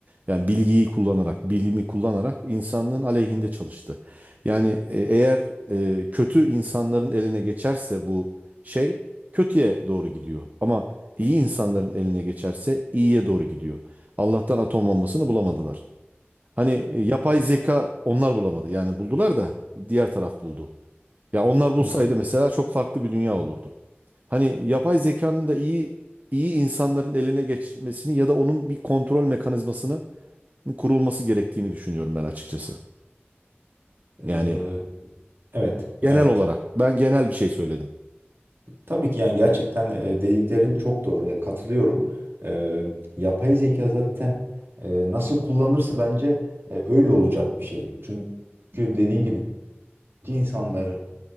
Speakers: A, on the right; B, on the right.
A: Yani bilgiyi kullanarak, bilimi kullanarak insanlığın aleyhinde çalıştı. Yani e, eğer e, kötü insanların eline geçerse bu şey kötüye doğru gidiyor. Ama iyi insanların eline geçerse iyiye doğru gidiyor. Allah'tan atom bombasını bulamadılar. Hani e, yapay zeka onlar bulamadı. Yani buldular da diğer taraf buldu. Ya onlar bulsaydı
B: Hı.
A: mesela çok farklı bir dünya olurdu. Hani yapay zekanın da iyi iyi insanların eline geçmesini ya da onun bir kontrol mekanizmasının kurulması gerektiğini düşünüyorum ben açıkçası. Yani
B: Ee, evet,
A: genel
B: evet.
A: olarak ben genel bir şey söyledim.
B: Tabii ki yani gerçekten e, dediklerin çok doğru. Ya, Katılıyorum. Ee, yapay zeka zaten e, nasıl kullanırsa bence e, öyle olacak bir şey. Çünkü dediğin gibi insanların